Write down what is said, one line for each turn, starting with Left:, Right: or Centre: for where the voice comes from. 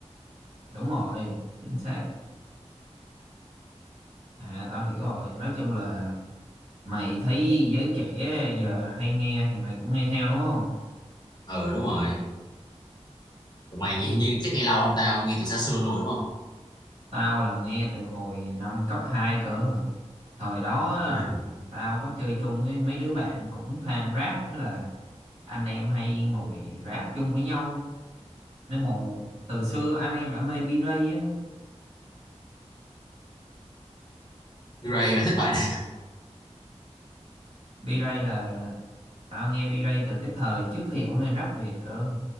Right: đúng rồi chính xác à tao hiểu rồi nói chung là mày thấy giới trẻ giờ hay nghe thì mày cũng nghe theo đúng không
Left: ừ đúng rồi tụi mày
Right: hiểu
Left: gì nhưng chắc nghe lâu hơn tao nghe từ xa xưa luôn rồi đúng không
Right: tao là nghe từ hồi năm cấp 2 cơ thời đó á,
Left: Ừ.
Right: tao có chơi chung với mấy đứa bạn cũng fan rap thế là anh em hay ngồi rap chung với nhau nên là từ xưa anh em đã mê B-Ray á
Left: Mirai mày thích bài này
Right: B-Ray là tao nghe B-Ray từ cái thời trước khi ổng lên rap Việt cơ